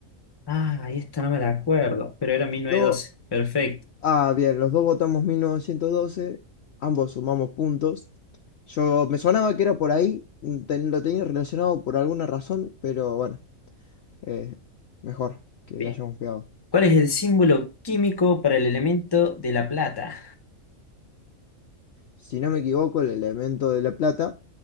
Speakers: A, on the left (about 20°); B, on the left (about 60°).
A: Ah, ahí está, no me la acuerdo, pero era 1912.
B: Yo,
A: Perfecto.
B: ah, bien, los dos votamos 1912, ambos sumamos puntos. Yo me sonaba que era por ahí, mm, ten- lo tenía relacionado por alguna razón, pero bueno, eh, mejor que
A: Bien.
B: le hayamos pegado.
A: ¿Cuál es el símbolo químico para el elemento de la plata?
B: Si no me equivoco, el elemento de la plata,